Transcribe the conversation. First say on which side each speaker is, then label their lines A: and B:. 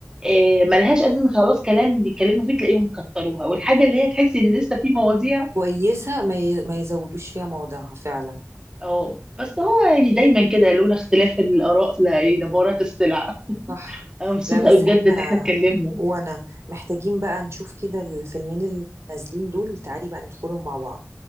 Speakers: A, on the right; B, on the right.
A: آه، ملهاش اساس خلاص كلام بيتكلموا فيه تلاقيهم كتروها والحاجه اللي هي تحسي ان لسه في مواضيع
B: كويسه ما ي- ما يزودوش فيها موضوعها فعلا
A: اه بس هو يعني دايما كده لولا اختلاف الآراء لا ايه لبارت السلع
B: صح
A: انا مبسوطة
B: لا بس
A: قوي بجد
B: احنا
A: ان احنا اتكلمنا
B: وانا محتاجين بقى نشوف كده الفيلمين اللي نازلين دول تعالي بقى ندخلهم مع بعض